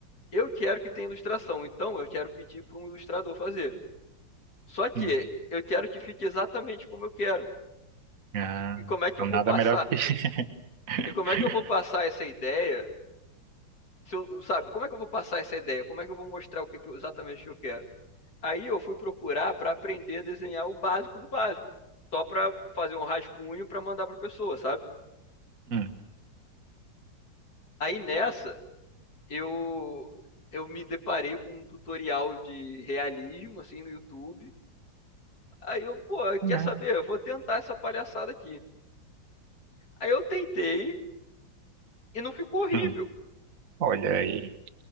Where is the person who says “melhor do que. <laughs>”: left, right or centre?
Right